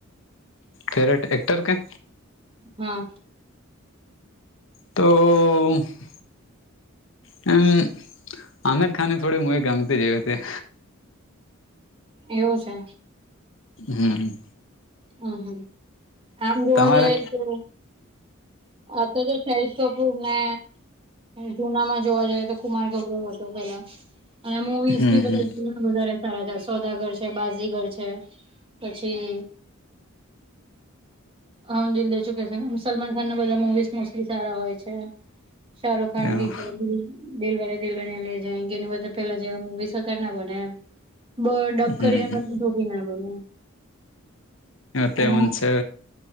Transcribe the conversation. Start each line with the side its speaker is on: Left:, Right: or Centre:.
Left: ફેવરેટ એક્ટર કે?
Right: હા.
Left: તો. હમ <unintelligible> હમ. આમિર ખાને થોડ મ ગમતી જ હતી.
Right: એવું છે.
Left: હમ.
Right: હમ હમ આમ જોવા
Left: તમારે
Right: જાય તો. આ તો શાહિદ કપુર ને. જુના માં જોવા જઈએ તો કુમાર ગૌરવ હતો પેલા. અને મૂવીઝ
Left: હમ
Right: બી બધા
Left: હમ
Right: વધારે સારા હતા સોદાગર છે, બાજીગર છે. પછી હમદિલ દે ચું કે છે સનમ સલમાન બધા મુવીઝ મોસ્ટલી સારા હોય છે શાહરુખ ખાન
Left: હમ
Right: બી
Left: હમ એવું
Right: છે. દિલવારે દુલ્હનયા લે જાયેગે કે એની બધા પેલા જેવા મુવીસ અત્યારે ના બને એમ. બ ડબ
Left: હમ
Right: કરીને
Left: હમ
Right: બધા જોડી ના બને. હ
Left: તે મન છે